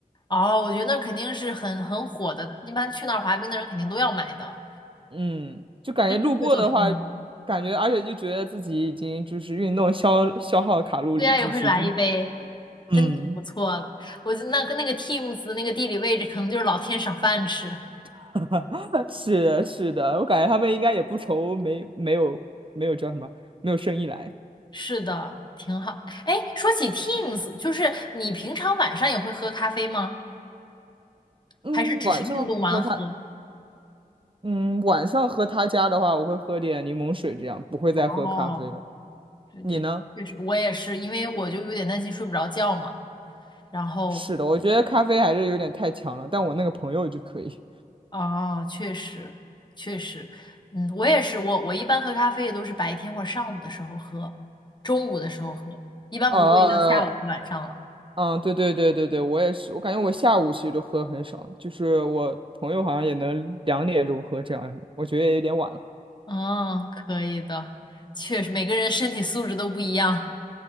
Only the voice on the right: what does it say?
嗯，就感觉路过的话，
感觉而且就觉得自己已经就是运动消消耗卡路里，
就是这。
嗯，
<laughs> 是的，是的，我感觉他们应该也不愁没没有没有叫什么没有生意来。
嗯，
晚上喝他，嗯，晚上喝他家的话，我会喝点柠檬水，这样不会再喝咖啡了。
你呢？
是的，我觉得咖啡还是有点太强了，但我那个朋友就可以。<laughs>
呃，嗯，对对对对对，我也是，我感觉我下午其实都喝很少，就是我朋友好像也能两点钟喝这样，我觉得也有点晚了。